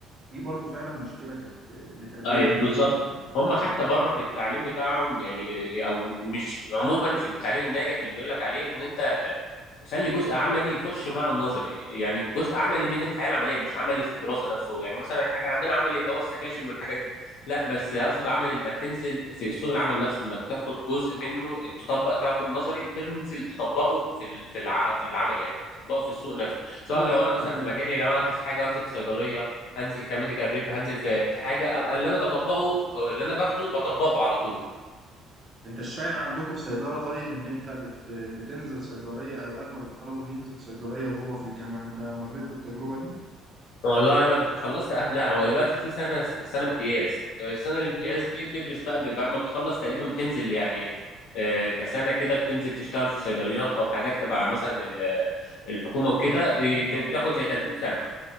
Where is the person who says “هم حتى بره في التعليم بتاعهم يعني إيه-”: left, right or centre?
Left